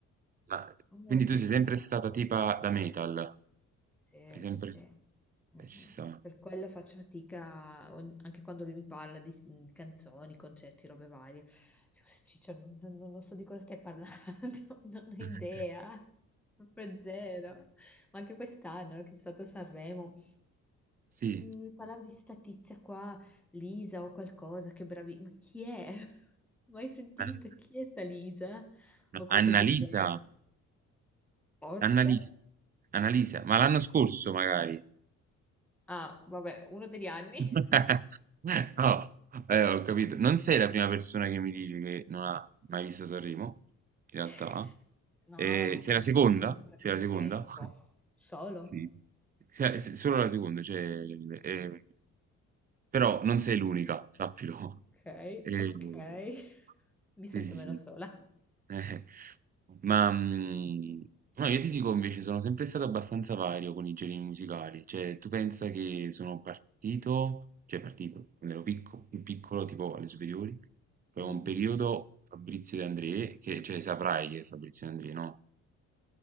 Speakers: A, on the right; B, in the centre.
A: Ma
B: Oh,
A: quindi tu
B: che
A: sei
B: pizza.
A: sempre stata tipa da metal?
B: Sì,
A: Hai sempre...
B: sì, sì. Mm,
A: eh, ci
B: mm.
A: sta.
B: Per quello faccio fatica ogn- anche quando lui mi parla di, di canzoni, concerti, robe varie. Dico, Ciccio, non, non- non so di cosa stai parlando, <laughs> non ho idea,
A: <laughs>
B: proprio zero. Ma anche quest'anno che è stato a Sanremo.
A: Sì.
B: Mm, parlavo di sta tizia qua, Lisa o qualcosa, che bravi, ma chi è? <laughs> Mai sentita?
A: Ma-
B: Chi è sta Lisa?
A: ma
B: O qualcosa
A: Annalisa,
B: del genere? Forse?
A: Annalisa, Annalisa, ma l'anno scorso magari.
B: Ah, vabbè, uno degli anni.
A: <laughs> No, eh, ho capito. Non sei la prima persona che mi dice che non ha mai visto Sanremo, in
B: <laughs>
A: realtà.
B: No,
A: Eh,
B: ma perché
A: sei la
B: veramente
A: seconda?
B: uno spreco
A: Sei
B: di
A: la seconda?
B: tempo.
A: <laughs>
B: Solo.
A: Sì. Sei- se- solo la seconda, cioè, eh, eh, però non sei l'unica, sappilo.
B: Ok,
A: <laughs>
B: ok. Mi sento
A: Eh, sì,
B: meno
A: sì, sì.
B: sola.
A: Eh, ma, mhmm, no, io ti dico invece sono sempre stato abbastanza vario con i generi musicali, cioè tu pensa che sono partito cioè partito, quando ero picco più piccolo, tipo alle superiori, avevo
B: Mm.
A: un periodo Fabrizio De André, che cioè saprai chi è Fabrizio De André, no?